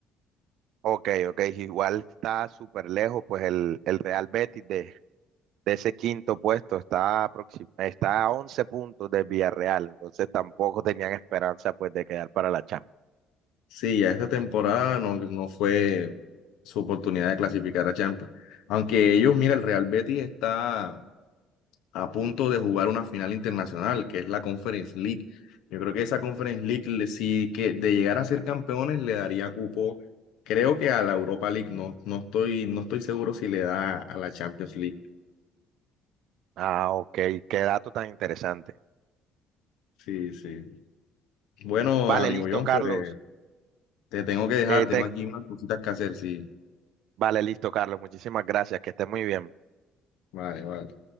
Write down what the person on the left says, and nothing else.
Sí, ya esta temporada no, no fue su oportunidad de clasificar a Champions. Aunque ellos, mira, el Real Betis está a punto de jugar una final internacional, que es la Conference League. Yo creo que esa Conference League, le- sí que de llegar a ser campeones, le daría cupo, creo que a la Europa League. No, no estoy, no estoy seguro si le da a la Champions League.
Sí, sí. Bueno,
amigo
Jonfer,
eh, te tengo que dejar,
tengo
aquí unas cositas que hacer, sí.
Vale, vale.